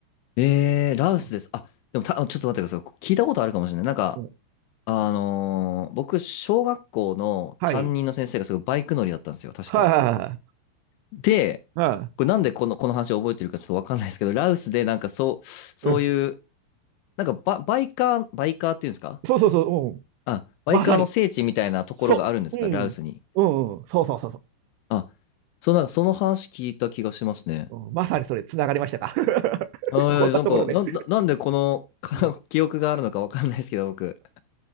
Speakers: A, on the left; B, on the right.
A: えー、ラウスです。
B: うん
A: あ、でもた、ちょっと待ってください。聞いたことあるかもしれない。なんか、
B: うん
A: あのー僕、小学校の担任の先生がすごいバイク乗りだったんですよ、
B: はい。
A: 確か。
B: はいはいは
A: で、
B: いは
A: これなんでこの、この話を覚えてるかちょっとわかんないですけど、ラオスでなんかそう、そういう、
B: い。うん <laughs> うん
A: なんかバ、バイカー、バイカーっていうんですか
B: そうそうそう、うん。
A: あ、バイカーの聖地みたいなところがあるんですかラオスに。
B: まさに。そう。うん。うん、うん。そうそうそうそう。
A: あ、そう、なんかその話聞いた気がしますね。
B: うん、まさにそれ、つながりましたか。<laughs>
A: ああなんか、
B: こんなところで。
A: な、ななんでこのか
B: うん
A: <laughs> 記憶があるのかわかんないですけど、僕。